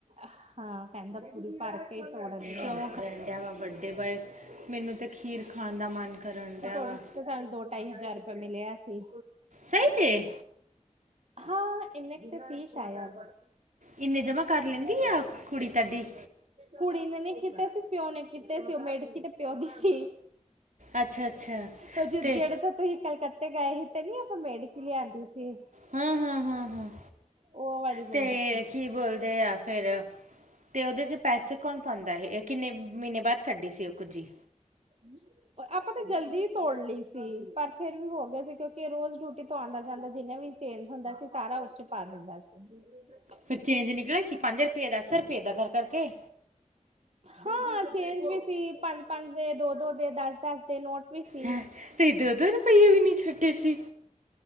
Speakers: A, on the right; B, on the right.
A: ਹਾਂ ਕਹਿੰਦਾ ਪੂਰੀ ਭਰ ਕੇ ਤੋੜਨੀ
B: ਕਿਉਂ
A: ਐ। ਇਸ
B: ਕਰਨ
A: ਵਾਰ
B: ਡਿਆ ਵਾ ਵੱਡੇ ਬੋਏ ਮੈਨੂੰ ਤੇ ਖੀਰ ਖਾਣ ਦਾ ਮਨ ਕਰਨ ਡਿਆ ਵਾ
A: ਬਸ ਤੇ ਸਾਨੂੰ ਦੋ-ਢਾਈ ਹਜ਼ਾਰ ਰੁਪਿਆ ਮਿਲਿਆ ਸੀ।
B: ਸੱਚ ਏ।
A: ਹਾਂ ਇਨੇ ਕ ਤੇ ਸੀ ਸ਼ਾਇਦ।
B: ਇੰਨੇ ਜਮਾ ਕਰ ਲੈਂਦੀ ਆ ਕੁੜੀ ਤਾਡੀ?
A: ਕੁੜੀ ਨੇ ਨੀ ਕੀਤੇ ਸੀ ਪਿਓ ਨੇ ਕੀਤੇ ਸੀ। ਉਹ ਮੇਡਕੀ ਤੇ ਪਿਓ ਦੀ ਸੀ।
B: ਅੱਛਾ ਅੱਛਾ
A: ਉਹ ਜ ਜਿਹੜੇ
B: ਤੇ
A: ਤੋ ਤੁਸੀਂ ਕਲਕੱਤੇ ਗਏ ਸੀ ਤੇ ਨੀ ਆਪਾਂ ਮੇਡਕੀ ਲਿਆਂਦੀ ਸੀ।
B: ਹਾ-ਹਾਂ, ਹਾਂ- ਹਾਂ,
A: ਉਹ ਵਾਲੀ ਮੇਢਕੀ
B: ਤੇ ਕੀ ਬੋਲਦੇ ਆ ਫੇਰ ਤੇ ਉਹਦੇ ਚ ਪੈਸੇ ਕੌਣ ਪਾਉਂਦਾ ਏ, ਏਹ ਕਿੰਨੇ ਮਹੀਨੇ ਬਾਅਦ ਕੱਢੀ ਸੀ ਉਹ ਕੁੱਜੀ।
A: <inaudible> ਆਪਾਂ ਤਾਂ ਜਲਦੀ ਤੋੜ ਲਈ ਸੀ ਪਰ ਫੇਰ ਵੀ ਹੋ ਗਏ ਸੀ ਕਿਉਂਕਿ ਰੋਜ਼ ਡਿਊਟੀ ਤੋਂ ਆਦਾ- ਜਾਂਦਾ ਜਿੰਨੇ ਵੀ ਚੇਂਜ ਹੁੰਦਾ ਸੀ, ਸਾਰਾ ਓਚ ਪਾ ਦਿੰਦਾ ਸੀ।
B: ਫਿਰ ਚੇਂਜ ਨਿਕਲ ਆਏ ਸੀ ਪੰਜ ਰੁਪਏ-ਦਸ ਰੁਪਏ ਐਦਾ ਕਰ ਕਰਕੇ
A: ਹਾਂ ਚੇਂਜ ਵੀ ਸੀ ਪੰਜ-ਪੰਜ ਦੇ ਦੋ-ਦੋ ਦੇ ਦਸ-ਦਸ ਦੇ ਨੋਟ ਵੀ ਸੀ।
B: ਹੈ ਤੁਸੀਂ ਦੋ-ਦੋ ਰੁਪਈਏ ਵੀ ਨੀ ਛੱਡੇ ਸੀ।